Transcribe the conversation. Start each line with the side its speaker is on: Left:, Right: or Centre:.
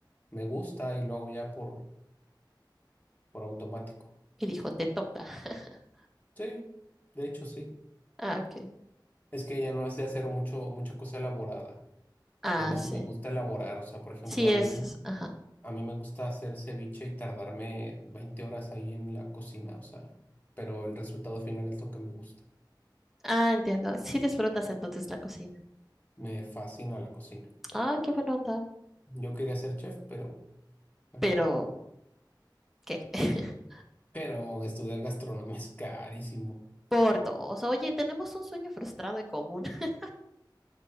Left: me gusta y lo hago ya por, por automático.
Centre: Y dijo, te toca. <laughs>
Left: Sí, de hecho sí.
Centre: Ah, ok.
Left: Es que ella no es de hacer mucho, mucha cosa elaborada.
Centre: Ah,
Left: Y a mí
Centre: sí.
Left: sí me gusta elaborar. O sea, por ejemplo,
Centre: Sí,
Left: a
Centre: es.
Left: mí,
Centre: Ajá.
Left: a mí me gusta hacer ceviche y tardarme 20 horas ahí en la cocina. O sea, pero el resultado final es lo que me gusta.
Centre: Ah, entiendo. Sí disfrutas entonces la cocina.
Left: Me fascina la cocina.
Centre: Ah, qué buena onda.
Left: Yo quería ser chef, pero bueno.
Centre: Pero, ¿qué? <laughs>
Left: Pero estudiar gastronomía es carísimo.
Centre: Por dos. Oye, tenemos un sueño frustrado en común. <laughs>